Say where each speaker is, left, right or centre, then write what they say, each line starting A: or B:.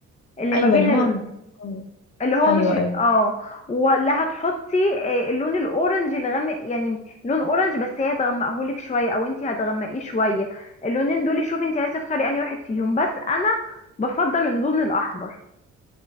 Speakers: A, on the left (about 25°); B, on the left (about 60°).
A: اللي
B: ايوه
A: ما بين
B: اللي هو آه.
A: اللي هو
B: ايوه
A: مش اه
B: ايوه
A: ولا هتحطي آه، اللون الاورنج الغامق يعني لون اورنج بس هي تغمقهولك شويه او انت هتغمقيه شويه اللونين دول شوفي انت عايزه تختاري انهي واحد فيهم بس انا بفضل اللون الاحمر